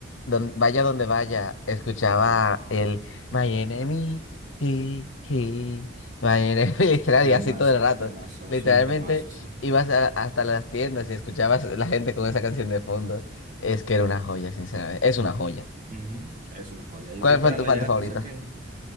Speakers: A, on the left (about 80°); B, on the right (about 40°).
A: don- vaya donde vaya, escuchaba el My Enemy, he, he, My Enemy, <laughs> literal,
B: Temazo,
A: y así todo el rato.
B: temazo,
A: Literalmente
B: es un temazo, sí.
A: ibas a- hasta las tiendas y escuchabas la gente con esa canción de fondo. Es que era una joya, sinceramente, es una joya.
B: Ujú, Es una joya. Yo
A: ¿Cuál
B: estoy esperando
A: fue tu parte
B: ya
A: favorita?
B: que saquen.